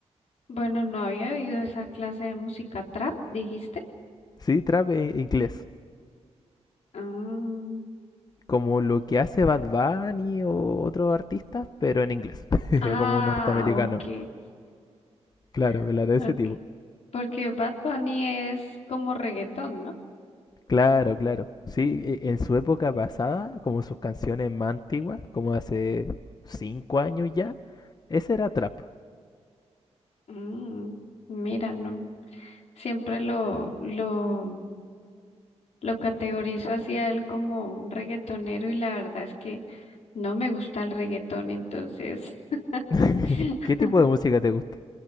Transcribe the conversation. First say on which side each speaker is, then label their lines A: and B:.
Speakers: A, on the left; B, on the left.
A: Bueno, no había oído esa clase de música trap, dijiste.
B: Sí, trap e- inglés,
A: Ah,
B: como lo que hace Bad Bunny o otros artistas, pero en inglés, <laughs>
A: ah,
B: como norteamericano.
A: ok.
B: Claro,
A: <laughs>
B: claro, de
A: Ok.
B: ese tipo.
A: Porque Bad Bunny es como reggaetón, ¿no?
B: Claro, claro. Sí, e- en su época pasada, como sus canciones más antiguas, como hace cinco años ya, ese era trap.
A: Mm, mira, no. siempre lo, lo, lo categorizo así a él como un reggaetonero y la verdad es que no me gusta el reggaetón, entonces <laughs>
B: <laughs> ¿Qué tipo de música te gusta?